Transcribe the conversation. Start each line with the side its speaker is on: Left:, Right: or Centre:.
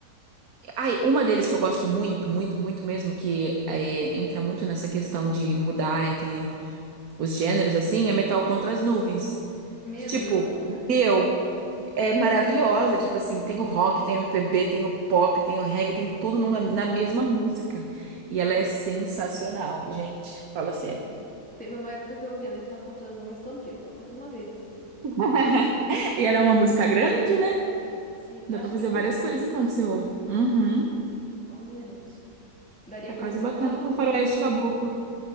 Right: Ai, uma deles que eu gosto muito, muito, muito mesmo, que é, entra muito nessa questão de mudar entre os gêneros, assim, é Metal contra as Nuvens.
Centre: Meu
Right: Que, tipo,
Centre: Deus, eu amo.
Right: meu, é maravilhosa. Tipo assim, tem o rock, tem o MPB, tem o pop, tem o reggae, tem tudo numa- na mesma música. E ela é sensacional, gente. Fala sério.
Centre: Sim. Teve uma época que eu ouvia Metal Contra as Nuvens todo dia, pelo menos uma vez, assim.
Right: <laughs> E ela é uma música grande, né?
Centre: Sim,
Right: Dá
Centre: eu acho
Right: pra fazer
Centre: que tem 11
Right: várias
Centre: minutos.
Right: coisas enquanto você ouve. Uhum.
Centre: 11 minutos. Daria
Right: Tá quase
Centre: pra fazer
Right: batendo
Centre: quatro
Right: com
Centre: músicas
Right: Faroeste
Centre: com
Right: Caboclo.
Centre: ela.